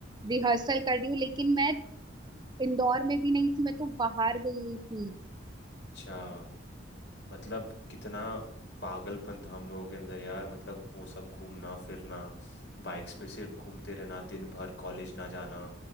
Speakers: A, on the right; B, on the left.
A: रिहर्सल कर रही हूँ लेकिन मैं इंदौर में भी नहीं थी मैं तो बाहर गई हुई थी
B: अच्छा मतलब कितना पागलपन था हम लोगों के अंदर यार मतलब वो सब घूमना फिरना बाइक्स पे सिर्फ घूमते रहना दिन भर कॉलेज ना जाना